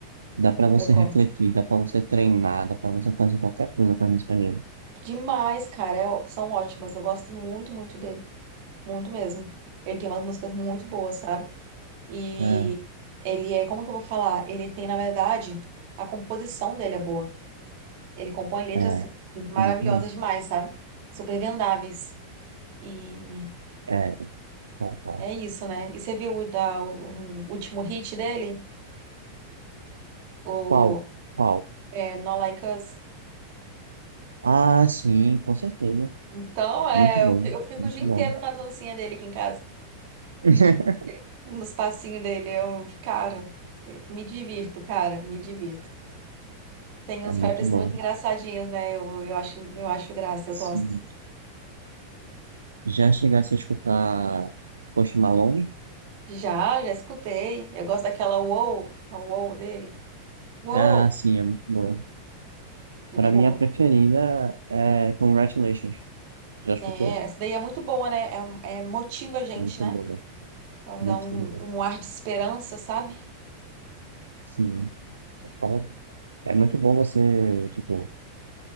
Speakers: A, on the right; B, on the right.
A: Dá pra você
B: Eu gosto
A: refletir, dá pra você treinar, dá pra você fazer qualquer coisa com as músicas dele.
B: demais, cara. é ó- são ótimas. Eu gosto muito, muito dele. Muito mesmo. Ele tem umas músicas muito boas, sabe? E
A: É,
B: ele é, como que eu vou falar? Ele tem, na verdade, a composição dele é boa. Ele compõe letras
A: é,
B: maravilhosas
A: exatamente.
B: demais, sabe? Super vendáveis. E
A: É, qual, qual?
B: é isso, né? E você viu o, da- o- o último hit dele? O
A: Qual? Qual?
B: é, Not Like Us?
A: Ah, sim, com certeza.
B: Então, é,
A: Muito bom,
B: eu fi- eu fico
A: muito
B: o dia inteiro
A: bom.
B: na dancinha dele aqui em casa. O
A: <laughs>
B: Nos passinhos dele. Eu, cara, eh, me divirto, cara, me divirto. Tem
A: É
B: uns
A: muito
B: rappers
A: bom.
B: muito engraçadinhos, né? Eu, eu acho, eu acho graça, eu
A: Sim.
B: gosto.
A: Já chegasse a escutar Post Malone?
B: Já, já escutei. Eu gosto daquela Wow, a Wow dele. Wow,
A: Ah, sim, é muito boa.
B: muito
A: Pra
B: boa.
A: mim, a preferida é Congratulations. Já escutou?
B: É, essa daí é muito boa, né? É, é- motiva a gente,
A: Muito
B: né?
A: boa,
B: Então
A: Muito
B: dá um,
A: boa.
B: um ar de esperança, sabe?
A: Sim. Então, é muito bom você, tipo,